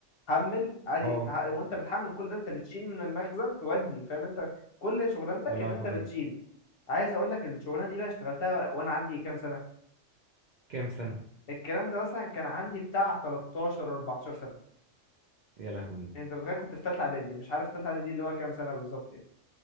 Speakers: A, on the left (about 55°); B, on the right (about 60°).
A: حمل عادي
B: اه
A: تع- وانت بتحمل كل ده انت بتشيل من المخزن تودي فاهم انت كل شغلانتك
B: يا لهوي
A: ان انت بتشيل عايز اقول لك الشغلانه دي بقى اشتغلتها وانا عندي كام سنه
B: كام سنة
A: الكلام ده مثلا كان عندي بتاع 13 14 سنه
B: يا لهوي
A: انت متخيل كنت في ثالثه اعدادي مش عارف ثالثه اعدادي اللي هو كام سنه بالظبط يعني